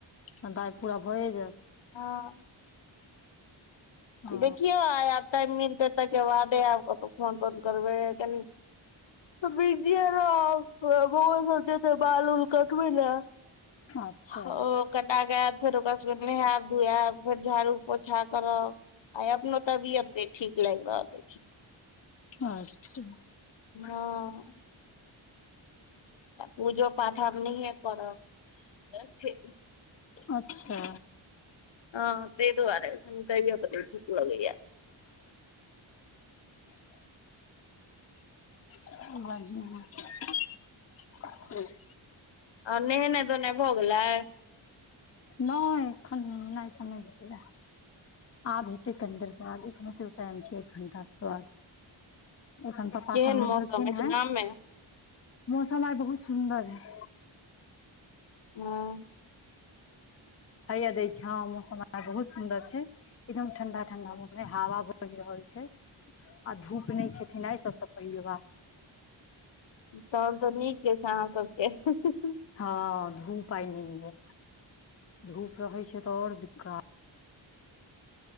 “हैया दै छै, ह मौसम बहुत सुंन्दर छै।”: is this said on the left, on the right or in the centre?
Left